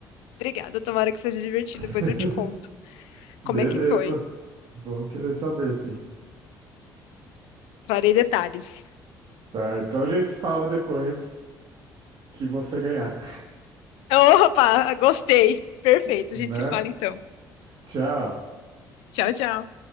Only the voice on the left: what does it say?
obrigada. Tomara que seja divertido.
Depois eu te conto
como é que foi.
Trarei detalhes.
Opa, gostei. Perfeito.
A gente se fala então.
Tchau, tchau.